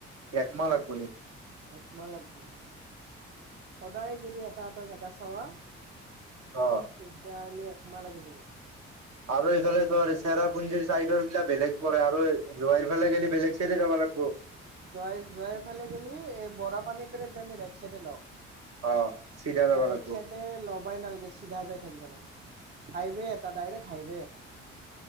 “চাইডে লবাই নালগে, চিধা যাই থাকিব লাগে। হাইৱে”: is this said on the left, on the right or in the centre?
Right